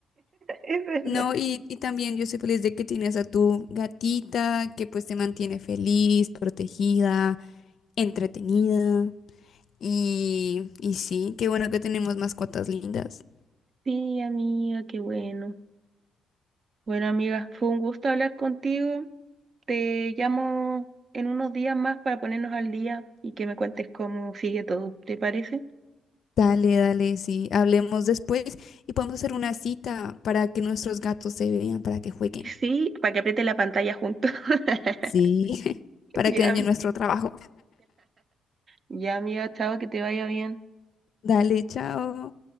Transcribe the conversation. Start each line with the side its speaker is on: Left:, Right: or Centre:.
Right: Es verdad.
Left: No, y, y también yo soy feliz de que tienes a tu gatita que pues te mantiene feliz, protegida, entretenida. Y, y sí, qué bueno que tenemos mascotas lindas.
Right: Sí, amiga, qué bueno. Bueno, amiga, fue un gusto hablar contigo. Te llamo en unos días más para ponernos al día y que me cuentes cómo sigue todo, ¿te parece?
Left: Dale, dale, sí. Hablemos después y podemos hacer una cita para que nuestros gatos se vean, para que jueguen,
Right: Sí, para que apriete la pantalla juntos. <laughs>
Left: Sí, <laughs> para
Right: Ya.
Left: que dañen nuestro trabajo.
Right: Ya, amiga, chao, que te vaya bien.
Left: Dale, chao.